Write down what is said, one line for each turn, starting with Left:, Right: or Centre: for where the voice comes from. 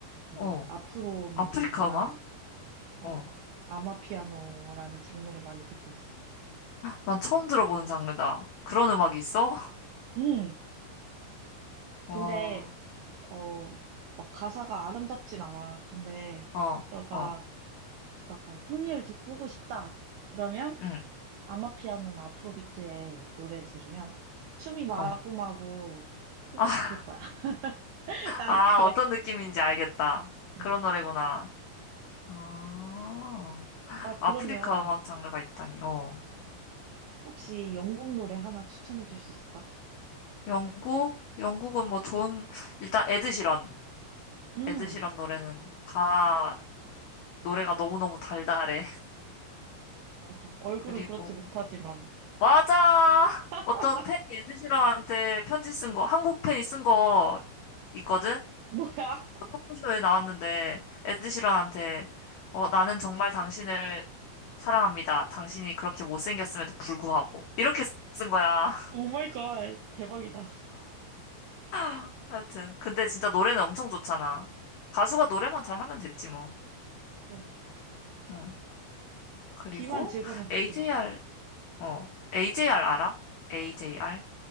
Right: 그
Left: 어.
Right: 아프로 뮤직이나,
Left: 아프리카 음악?
Right: 어,
Left: 어.
Right: 아마피아노라는 장르를 많이 듣고 있어.
Left: 난 처음 들어보는 장르다. 그런 음악이 있어? <laughs>
Right: 음,
Left: 와,
Right: 근데, 어, 막 가사가 아름답진 않아. 근데,
Left: 어,
Right: 너가
Left: 어,
Right: 막 아 흥을 돋구고 싶다. 그러면,
Left: 응,
Right: 아마피아노나 아프로비트의 노래를 들으면 춤이 마구마구
Left: 어.
Right: 추고
Left: 아,
Right: 싶을 거야. <laughs> 난
Left: 아,
Right: 그래.
Left: 어떤 느낌인지 알겠다.
Right: 음.
Left: 그런 노래구나. 아,
Right: 나
Left: 아프리카
Right: 그러면
Left: 음악 장르가 있다니. 어.
Right: 혹시 영국 노래 하나 추천해 줄 수 있을까?
Left: 영국? 영국은 뭐 좋은, 일단 에드시런.
Right: 음,
Left: 에드시런 노래는 다 노래가 너무너무 달달해. <laughs>
Right: 맞아. 얼굴은
Left: 그리고
Right: 그렇지 못하지만.
Left: 맞아.
Right: <laughs>
Left: 어떤
Right: 아 나
Left: 팬이 에드시런한테 편지 쓴 거, 한국 팬이 쓴 거 있거든?
Right: 뭐야?
Left: 그 토크쇼에 나왔는데, 에드시런한테, 어, 나는 정말 당신을 사랑합니다. 당신이 그렇게 못생겼음에도 불구하고. 이렇게 쓴 거야.
Right: 오 마이 갓. 대박이다.
Left: <laughs> 하여튼. 근데 진짜 노래는 엄청 좋잖아. 가수가 노래만 잘하면 됐지, 뭐.
Right: 그래.
Left: 응. 그리고,
Right: 귀만 즐거우면 됐지
Left: AJR,
Right: 뭐.
Left: 어, AJR
Right: 음.
Left: 알아? AJR?